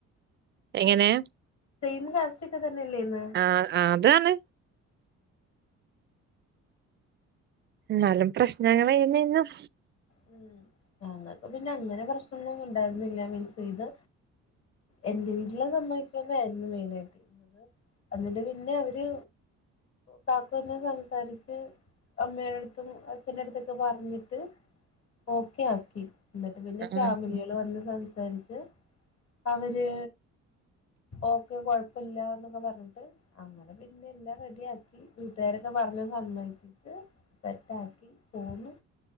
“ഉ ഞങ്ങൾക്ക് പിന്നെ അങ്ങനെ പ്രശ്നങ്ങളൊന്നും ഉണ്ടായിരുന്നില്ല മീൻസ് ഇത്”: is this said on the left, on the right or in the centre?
Left